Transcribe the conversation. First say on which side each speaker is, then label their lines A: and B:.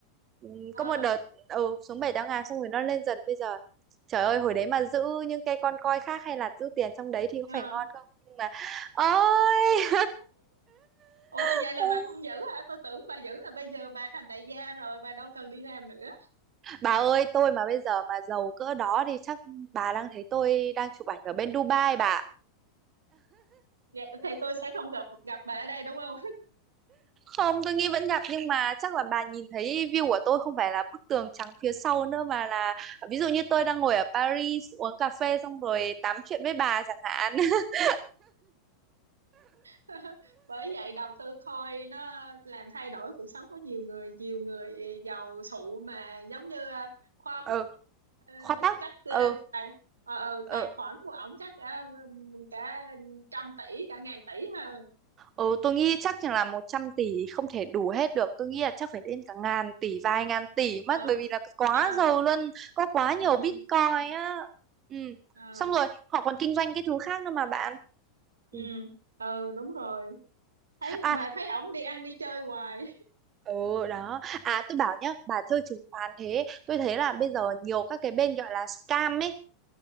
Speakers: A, on the right; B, on the right.
A: Ừm,
B: ờ
A: có một đợt ừ, xuống 7 8 ngàn xong rồi nó lên dần bây giờ trời ơi hồi đấy mà giữ những cái con coi khác hay là giữ tiền trong đấy thì có
B: ờ
A: phải ngon không nhưng mà ôi
B: ủa
A: <laughs>
B: vậy là bà không giữ hả tôi tưởng bà giữ là bây giờ bà thành đại gia rồi bà đâu cần đi làm nữa
A: Bà ơi, tôi mà bây giờ mà giàu cỡ đó thì chắc bà đang thấy tôi đang chụp ảnh ở bên Dubai bà. ạ.
B: dạ, thì tôi sẽ không gặp gặp bà ở đây đúng không
A: Không, tôi nghĩ vẫn gặp nhưng mà chắc là bà nhìn thấy view của tôi không phải là bức tường trắng phía sau nữa mà là ví dụ như tôi đang ngồi ở Paris uống cà phê xong rồi tám chuyện với bà chẳng hạn. <laughs>
B: <laughs> bởi vậy đầu tư coin nó làm thay đổi cuộc sống của nhiều người nhiều người giàu sụ mà giống như ờ, khoa
A: Ừ,
B: bút ờ,
A: khoát tóc.
B: chắc ờ,
A: Ừ,
B: tài ờ, ờ,
A: ừ.
B: tài khoản của ổng chắc cả, cả trăm tỷ cả ngàn tỷ ha
A: Ừ, tôi nghĩ chắc chừng là 100 tỷ không thể đủ hết được. Tôi nghĩ là chắc phải đến cả ngàn tỷ, vài ngàn tỷ
B: ờ
A: mất. Bởi vì là quá
B: à
A: giàu luôn, có quá nhiều
B: ừ
A: Bitcoin á. Ừ.
B: ờ
A: Xong rồi, họ còn kinh doanh cái thứ khác nữa mà bạn.
B: ừ
A: Ừ.
B: ừ đúng rồi thấy
A: À,
B: mà thấy ổng đi ăn đi chơi hoài
A: ừ đó. À, tôi bảo nhá, bà chơi chứng khoán thế. Tôi thấy là bây giờ nhiều các cái bên gọi là scam ấy.